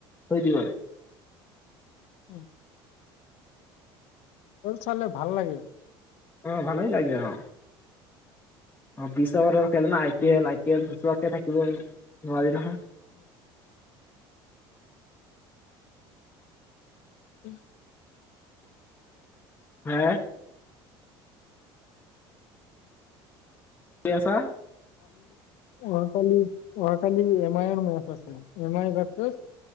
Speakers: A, on the left; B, on the left.
A: থৈ দিওঁ আৰু।
B: উম্। খেল চালে ভাল লাগে।
A: অ, ভালেই লাগে অ। অ বিছ। <unintelligible> খেল নে I P
B: O
A: L. I P L নোচোৱাকৈ থাকিব নোৱাৰি নহয়।
B: উম্।
A: হে! শুই আছা?
B: অহাকালি-অহাকালি এম আইৰ মেচ আছে। M I versus